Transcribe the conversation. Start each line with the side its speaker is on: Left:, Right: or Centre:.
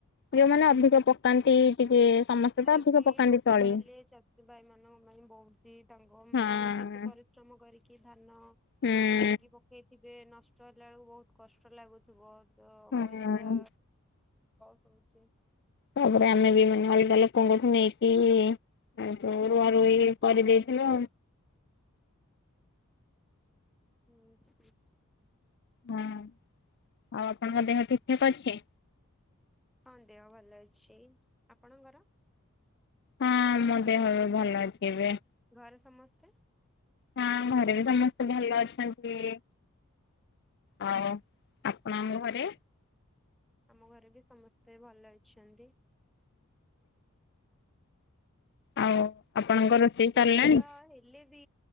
Left: ଝିଅମାନେ ଅଧିକ ପକାନ୍ତି ଟିକେ। ସମସ୍ତେ
Centre: ଏତରେ
Left: ତ ଅଧିକ
Centre: ବି
Left: ପକାନ୍ତି
Centre: ନଷ୍ଟ
Left: ତଳି
Centre: ହେଲେ ଚାଷୀ ଭାଇ ମାନଙ୍କ ପାଇଁ ବହୁତି ତାଙ୍କ ମାନେ
Left: ହଁ।
Centre: କେତେ ପରିଶ୍ରମ। ଶ୍ରମ କରିକି ଧାନ।
Left: ହୁଁ
Centre: ଆଣିକି ପକେଇଥିବେ ନଷ୍ଟ ହେଲା ବେଳକୁ ବହୁତ କଷ୍ଟ ଲାଗୁଥିବ ତ
Left: ହୁଁ।
Centre: କହିଥିବା କସୁଛି <unintelligible>
Left: ତାପରେ ଆମେ ବି ମାନେ ଅଲଗା ଲୋକଙ୍କଠୁ ନେଇକି ଆଉ ତୁ ରୁଆ ରୁଇ କରିଦେଇଥିଲ
Centre: ହୁଁ
Left: ହଁ ଆଉ ଆପଣଙ୍କ ଦେହ ଠିକ ଠାକ୍ ଅଛି
Centre: ହଁ ଦେହ ଭଲ ଅଛି ଆପଣଙ୍କର
Left: ହଁ ମୋ ଦେହର ଭଲ ଅଛି ଏବେ
Centre: ଘରେ ସମସ୍ତେ
Left: ହଁ ଘରେ ବି ସମସ୍ତେ ଭଲ ଅଛନ୍ତି ଆଉ ଆପଣଙ୍କ ଘରେ
Centre: ଆମ ଘରେ ବି ସମସ୍ତେ ଭଲ ଅଛନ୍ତି
Left: ଆଉ ଆପଣଙ୍କ ରୋଷେଇ
Centre: ବର୍ଷା
Left: ଚାଲ୍ଣି
Centre: ହେଲେ ବି